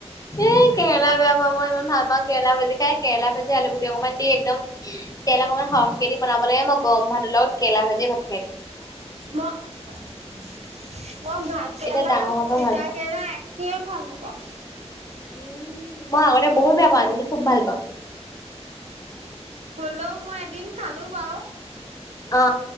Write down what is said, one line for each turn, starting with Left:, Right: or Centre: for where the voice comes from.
Left: এ কেৰেলা বেয়া পোৱা মই ইমান ভাল পাওঁ। কেৰেলা ভাজি খাই কেৰেলা ভাজ যে আলুগুটি অকনমান দি একদম তেল অকনমান সৰহকে দি বনাব লাগে। মই গৰম ভাতৰ লগত কেলা ভাজি ভাত খাই দিম।
Right: মই-মই ভাত কেৰেলা
Left: এতিয়া ডাঙৰ হোৱাৰ পৰা
Right: তিতা
Left: ভাল পাওঁ।
Right: কেৰেলা কিয়ে ভাল নেপাওঁ?
Left: উম, মই আগতে বহুত বেয়া পাওঁ আজিকালি খুব ভাল পাওঁ।
Right: হলেও, মই এদিন খালো বাও।
Left: অ,